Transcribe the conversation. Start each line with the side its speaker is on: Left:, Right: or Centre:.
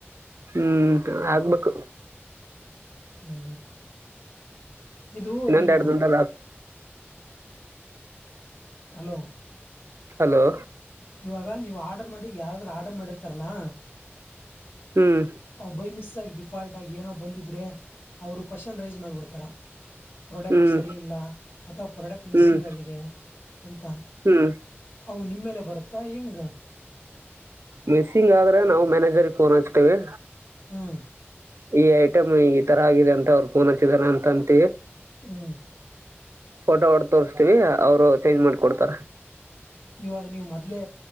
Right: ಹ್ಮ್ ಆಗ್ಬೇಕು.
Left: ಹ್ಮ ಇದು
Right: ಇನ್ನೊಂದ್
Left: ನೀನು.
Right: ಎರಡು ದಿನದಲ್ಲಿ ಆಗ್
Left: ಹಲೋ.
Right: ಹಲೋ.
Left: ಇವಾಗ ನೀವ್ ಆರ್ಡರ್ ಮಾಡಿ ಯಾರಾದ್ರರು ಆರ್ಡರ್ ಮಾಡಿರ್ತಾರಲ್ಲಾ.
Right: ಹ್ಮ್
Left: ಭೈ ಮಿಸ. ಡಿಫಾಲ್ಟ್ ಆಗಿ ಏನೋ ಬಂದಿದ್ರೆ ಅವ್ರು ಕ್ವಶನ್ ರೈಸ್ ಮಾಡ್ಬಿಡ್ತಾರ. ಪ್ರಾಡಕ್ಟ್
Right: ಹ್ಮ್
Left: ಸರಿ ಇಲ್ಲ ಅಥವಾ ಪ್ರಾಡಕ್ಟ್ ಮಿಸ್ಸಿಂಗ್
Right: ಹ್ಮ್
Left: ಆಗಿದೆ. ಅಂತ
Right: ಹ್ಮ್
Left: ಅವು ನಿಮ್ಮೇಲೆ ಬರುತ್ತಾ ಹೆಂಗ.
Right: ಮಿಸ್ಸಿಂಗ್ ಆದ್ರೆ ನಾವು ಮ್ಯಾನೇಜರ್ ಫೋನ್ ಹಚ್ತೇವಿ.
Left: ಹ್ಮ್.
Right: ಈ ಐಟಮ್ ಈ ತರ ಆಗಿದೆ ಅಂತ ಅವರು ಪೂನ ಚಿದರ ಅಂತಂತ.
Left: ಹ್ಮ.
Right: ಫೋಟೋ ಹೊಡ ತೋಸ್ತೀವಿ ಅವರು ಚೇಂಜ್ ಮಾಡ್ಕೊಡ್ತಾರ.
Left: ಇವಾಗ ನೀವು್ ಮದ್ಲೆೇ